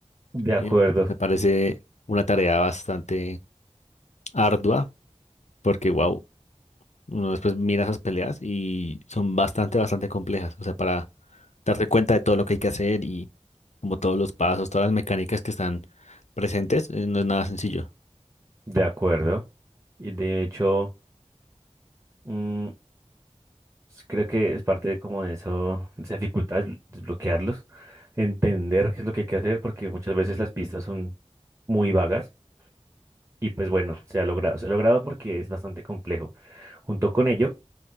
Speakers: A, on the right (about 25°); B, on the left (about 80°).
A: De acuerdo,
B: Y me me parece una tarea bastante ardua porque, wow. Uno después mira esas peleas y son bastante, bastante complejas. O sea, para darte cuenta de todo lo que hay que hacer y como todos los pasos, todas las mecánicas que están presentes, eh, no es nada sencillo.
A: <laughs> de acuerdo. Y de hecho, mm, s- creo que es parte de como de eso, de esa dificultad, desbloquearlos, entender qué es lo que hay que hacer, porque muchas veces las pistas son muy vagas. Y pues bueno, se ha logrado, se ha logrado porque es bastante complejo. Junto con ello,